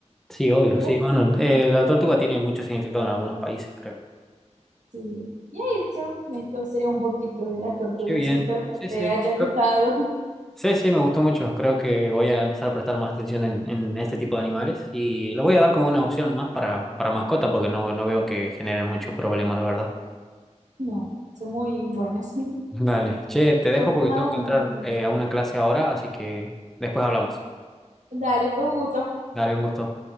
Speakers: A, in the centre; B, on the right.
A: Sí, obvio.
B: Y es-
A: Sí, bueno, eh, la tortuga tiene mucho significado en algunos países, creo.
B: sí, y eso, esto sería un poquito de las tortugas.
A: Qué bien.
B: Espero que
A: Sí,
B: te
A: sí.
B: haya gustado.
A: Creo
B: <laughs>
A: Sí, sí, me gustó mucho. Creo que voy a empezar a prestar más atención en, en este tipo de animales y lo voy a dar como una opción más para, para mascota porque no, no veo que generen mucho problema, la verdad.
B: No, son muy buenas. <laughs>
A: Dale, che, te dejo
B: Fue extremadamente.
A: porque tengo que entrar eh, a una clase ahora, así que después hablamos.
B: Dale, fue un gusto.
A: Dale, un gusto.